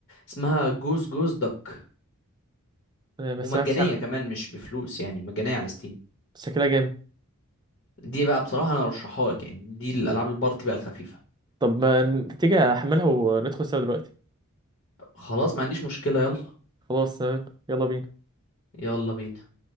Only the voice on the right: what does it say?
آه، ما
سمعتش عنها
شكلها جامد
طب ما تيجي احملها وندخل سوا دلوقتي
خلاص تمام يلا بينا